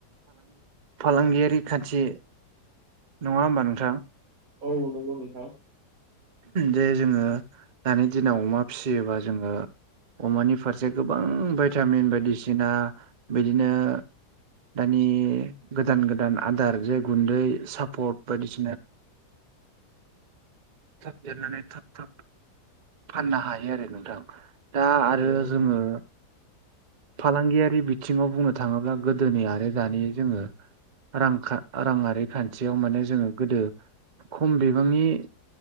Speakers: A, on the right; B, on the right.
A: फालांगियारि खान्थि नङा होमबा नोंथा
B: औ नंगौ नोंथां
A: जे जोङो दानि दिनाव अमा फिसियोबा जोङो अमानि फारसे गोबां भायटामिन बायदिसिना बिदिनो दानि गोदान गोदान आदार जे गुन्दै सापर्ट बायदिसिना थाब देरनानै थाब थाब फाननो हायो आरो नोंथां दा
B: औ
A: आरो
B: औ
A: जोङो फालांगियारि बिथिङाव बुंनो थाङोब्ला गोदोनि आरो दानि जोङो रां राङरारि खान्थियाव माने जोङो गोदो खम बिबांनि